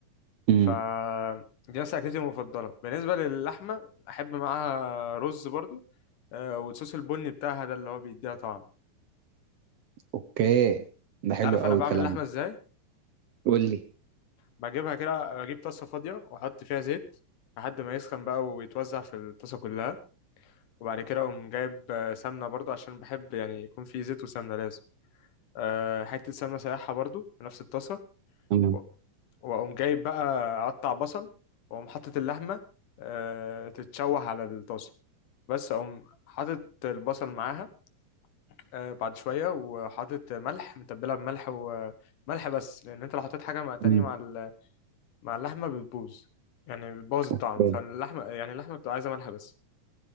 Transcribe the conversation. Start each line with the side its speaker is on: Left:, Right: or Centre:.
Right: مم.
Left: ف دي مثلا اكلتي المفضله بالنسبه للحمه احب معاها رز برضو آه، والصوص البني بتاعها ده اللي هو بيديها طعم
Right: اوكي ده
Left: انت
Right: حلو
Left: عارف
Right: قوي
Left: انا بعمل
Right: الكلام
Left: اللحمه
Right: ده
Left: ازاي
Right: قول لي
Left: بجيبها كده بجيب طاسه فاضيه واحط فيها زيت لحد ما يسخن بقى ويتوزع في الطاسه كلها وبعد كده اقوم جايب آه، سمنه برضو عشان بحب يعني يكون في زيت وسمنه لازم آه، حته سمنه سايحه برضو في نفس الطاسه
Right: تمام
Left: و- واقوم جايب بقى اقطع بصل واقوم حاطط اللحمه آه، تتشوح على الطاسه بس اقوم حاطط البصل معاها آه، بعد شويه وحاطط ملح متبلها بملح وملح بس لان انت لو حطيت حاجه مع تاني
Right: مم.
Left: مع ال- مع اللحمه بتبوظ يعني بتبوظ الطعم
Right: اوكي
Left: فاللحمه يعني اللحمه بتبقى عايزه ملح بس